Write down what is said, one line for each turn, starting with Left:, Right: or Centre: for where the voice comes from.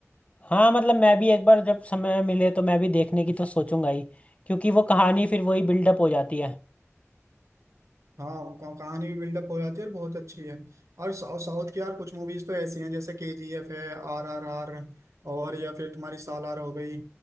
Left: हाँ मतलब मैं भी एक बार जब समय मिले तो मैं भी देखने की तो सोचूंगा ही क्योंकि वो कहानी फिर वही बिल्डअप हो जाती है
Right: हाँ क- कहानी भी बिल्डअप हो जाती है और बहुत अच्छी है और साउथ साउथ की यार कुछ मूवीज तो ऐसी हैं जैसे के जी एफ है आर आर आर और या फिर तुम्हारी सालार हो गई